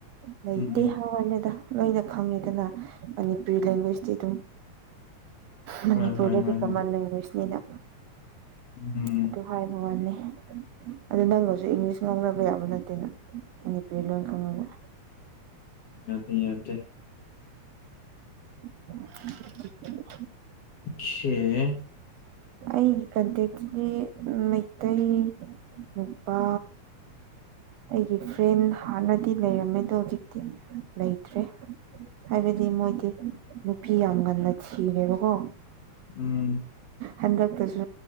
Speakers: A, on the right; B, on the left.
A: ꯂꯩꯇꯦ
B: ꯎꯝ ꯎꯝ
A: ꯍꯋꯥꯅꯤꯗ ꯂꯣꯏꯅ ꯈꯪꯉꯤꯗꯅ ꯃꯅꯤꯄꯨꯔꯤ ꯂꯦꯡꯒ꯭ꯋꯦꯁꯇꯤ ꯑꯗꯨꯝ ꯃꯅꯤꯄꯨꯔꯗꯗꯤ
B: ꯍꯣꯏ ꯍꯣꯏ ꯍꯣꯏ
A: ꯀꯃꯟ
B: ꯍꯣꯏ
A: ꯂꯦꯡꯒ꯭ꯋꯦꯁꯅꯤꯅ
B: ꯎꯝ
A: ꯑꯗꯨ ꯍꯥꯏꯕꯥ ꯋꯥꯅꯦ ꯑꯗꯨ ꯅꯪꯒꯁꯨ ꯏꯪꯂꯤꯁ ꯉꯥꯡꯅꯕ ꯌꯥꯕ ꯅꯠꯇꯦꯅ ꯃꯅꯤꯄꯨꯔꯤ ꯂꯣꯟ ꯈꯪꯉꯒ
B: ꯑ ꯌꯥꯗꯦ ꯌꯗꯦ
A: ꯒ
B: ꯁꯦ
A: ꯑꯩꯒꯤ ꯀꯟꯇꯦꯛꯁꯤꯒꯤ ꯃꯩꯇꯩ ꯅꯨꯄꯥ ꯑꯩꯒꯤ ꯐ꯭ꯔꯦꯟ ꯍꯥꯟꯅꯗꯤ ꯂꯩꯔꯝꯃꯦ ꯑꯗꯣ ꯍꯧꯖꯤꯛꯇꯤ ꯂꯩꯇ꯭ꯔꯦ ꯍꯥꯏꯕꯗꯤ ꯃꯣꯏꯗꯤ ꯅꯨꯄꯤ ꯌꯥꯝ ꯉꯟꯅ ꯊꯤꯔꯦꯕꯀꯣ
B: ꯎꯝ
A: ꯍꯟꯗꯛꯇꯁꯨ